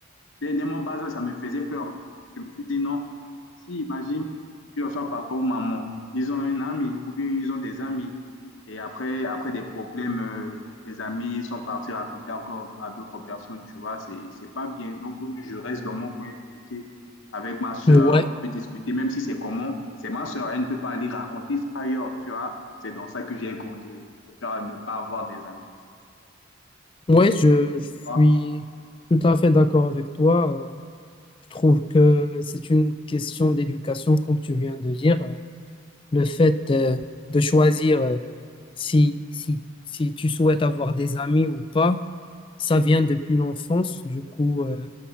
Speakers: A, on the left (about 75°); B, on the left (about 25°).
A: Dès, dès mon bas âge, ça me faisait peur. Je me suis dit non. Si, imagine que ce soit papa ou maman, ils ont un ami ou bien ils ont des amis. Et après, après des problèmes, euh, les amis sont partis raconter encore à d'autres personnes, tu vois, c'est, c'est pas bien. Donc, vaut mieux je reste dans mon coin tranquille avec ma soeur,
B: Ouais,
A: on peut discuter, même si c'est comment, c'est ma soeur, elle ne peut pas aller raconter ça ailleurs, tu vois. C'est dans ça que j'ai grandi. Je préfère ne pas avoir des amis. aussi.
B: Ouais,
A: Et,
B: je,
A: tu
B: je
A: vois,
B: suis tout à fait d'accord avec toi. Euh, je trouve que c'est une question d'éducation, comme tu viens de dire. Euh, le fait euh, de choisir euh, si, si, si tu souhaites avoir des amis ou pas, ça vient depuis l'enfance. Du coup, euh,